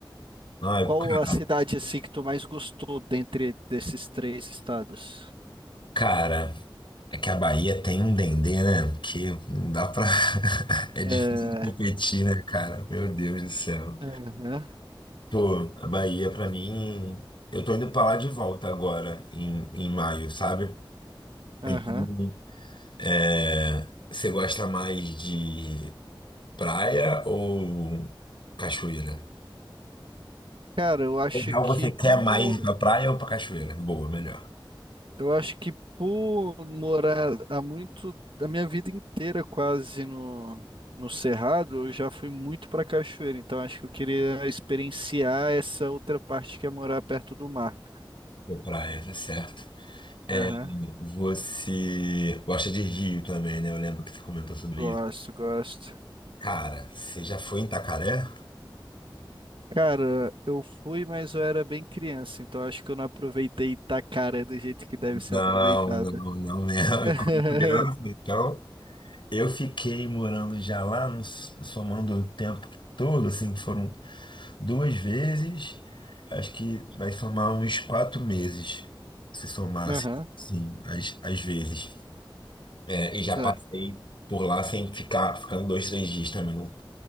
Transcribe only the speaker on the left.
ai,
cara,
cara, é que a Bahia tem um dendê, né? Que não dá pra. <laughs> É difícil
de competir, né, cara? Meu Deus do céu.
Pô, a Bahia, pra mim. Eu tô indo pra lá de volta agora, em, em maio, sabe?
Então, é, você gosta mais de praia ou cachoeira?
Em real,
você quer
mais ir pra praia ou pra cachoeira? Boa, melhor.
Pra praia, tá certo. É,
você gosta de rio também, né? Eu lembro que você comentou sobre
isso.
Cara, você já foi em Itacaré?
Não,
não, não mesmo.
Eu como criança, então. Eu fiquei morando já lá, no- somando o tempo todo, assim, que foram duas vezes. Acho que vai somar uns quatro meses, se somasse,
sim, as, as vezes. É, e já
passei por lá sem ficar, ficando dois, três dias também não,